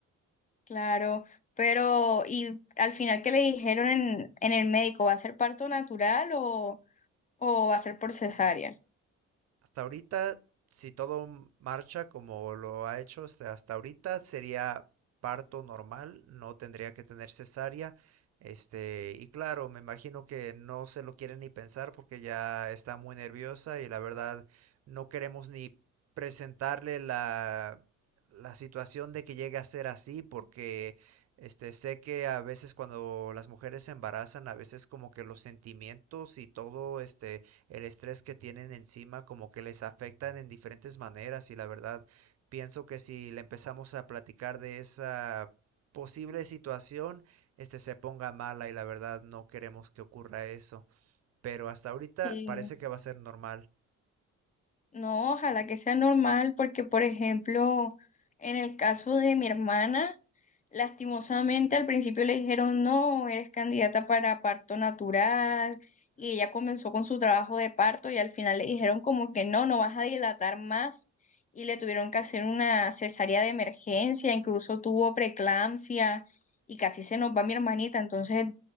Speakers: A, on the left; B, on the right.
A: Claro, pero ¿y al final qué le dijeron en, en el médico? ¿Va a ser parto natural o, o va a ser por cesárea?
B: Hasta ahorita, si todo marcha como lo ha hecho hasta, hasta ahorita, sería parto normal, no tendría que tener cesárea. Este, y claro, me imagino que no se lo quiere ni pensar porque ya está muy nerviosa y la verdad no queremos ni presentarle la, la situación de que llegue a ser así porque este, sé que a veces cuando las mujeres se embarazan, a veces como que los sentimientos y todo, este, el estrés que tienen encima como que les afectan en diferentes maneras y la verdad pienso que si le empezamos a platicar de esa posible situación, este se ponga mala y la verdad no queremos que ocurra eso. Pero hasta ahorita
A: Sí.
B: parece que va a ser normal.
A: No, ojalá que sea normal porque, por ejemplo, en el caso de mi hermana, Lastimosamente, al principio le dijeron, no, eres candidata para parto natural, y ella comenzó con su trabajo de parto y al final le dijeron como que no, no vas a dilatar más, y le tuvieron que hacer una cesárea de emergencia, incluso tuvo preeclampsia y casi se nos va mi hermanita, entonces